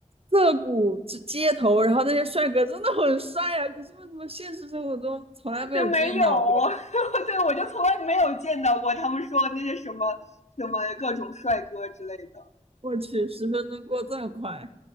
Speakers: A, on the right; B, on the left.
A: 涩谷之街头，然后那些帅哥真的很帅呀、可是为什么现实生活中从来没有见到过？
B: 对没有，<laughs> 对我就从来没有见到过他们说那些什么什么各种帅哥之类的。
A: 我去，十分钟过这么快。